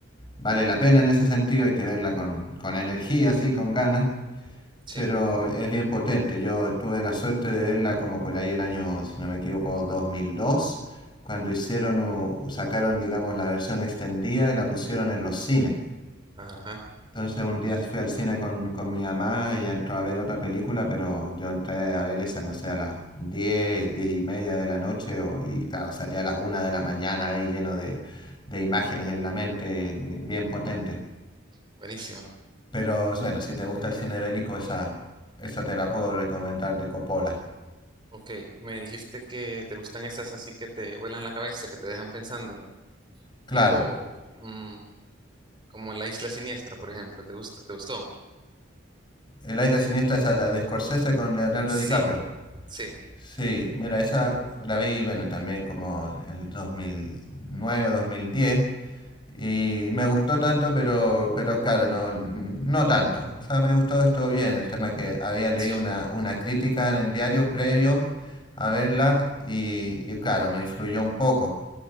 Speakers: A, on the left; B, on the right.
A: vale la pena en ese sentido, hay que verla con, con energía, así, con ganas,
B: Sí,
A: pero es bien potente. Yo tuve la suerte de verla como por ahí el año, si no me equivoco, 2002 cuando hicieron, u- sacaron, digamos, la versión extendida y la pusieron en los cines.
B: ajá,
A: Entonces un día fui al cine con, con mi mamá, ella entró a ver otra película, pero yo entré a ver esa, no sé, a las 10 10 y media de la noche, o- y claro, salía a las una de la mañana ahí lleno de, de imágenes en la mente bien, bien potentes.
B: buenísima.
A: Pero bueno, si te gusta el cine bélico, esa, esa te la puedo recomendar de Coppola.
B: Ok, me dijiste que te gustan esas así que te vuelan la cabeza, que te dejan pensando,
A: Claro,
B: tipo mm, como La Isla Siniestra, por ejemplo. ¿Te gusta? ¿Te gustó?
A: La Isla Siniestra esa de de Scorsese con Leonardo
B: Sí,
A: DiCaprio.
B: sí,
A: Sí, mira, esa la vi, bueno, también como el 2009 o 2010. Y me gustó tanto, pero, pero claro, no, no tanto. O sea, me gustó, estuvo bien. El tema que había leído
B: sí,
A: una, una crítica en el diario previo a verla y, y claro, me influyó un poco.